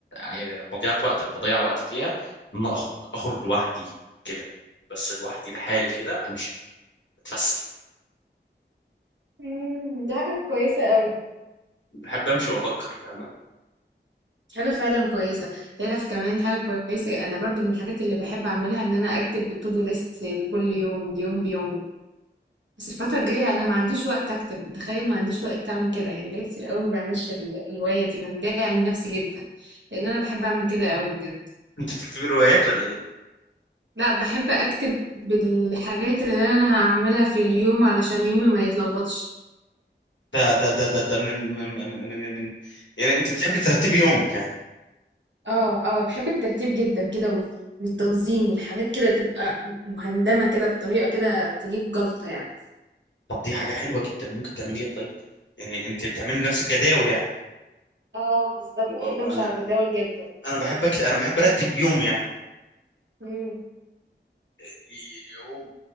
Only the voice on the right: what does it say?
مم، دي حاجه كويسه قوي
حاجه فعلا كويسه تعرف كمان حاجه كويسه انا برضو من الحاجات اللي بحب اعملها ان انا اكتب تو دو ليست لكل يوم يوم بيوم بس الفترة الجاية أنا ما عنديش وقت أكتب تخيل ما عنديش وقت أعمل كده يعني بقالي كتير قوي ما بعملش ال- الهواية دي بتضايق من نفسي جدا لأن أنا بحب أعمل كده قوي بجد
لا بحب أكتب بالحاجات اللي أنا هعملها في اليوم علشان يومي ما يتلخبطش
اه اه بحب الترتيب جدا كده و- والتنظيم والحاجات كده تبقى مهندمة كده بطريقة كده تجيب جلطة يعني
اه بالظبط
بحب امشي على جداول جدا
مم.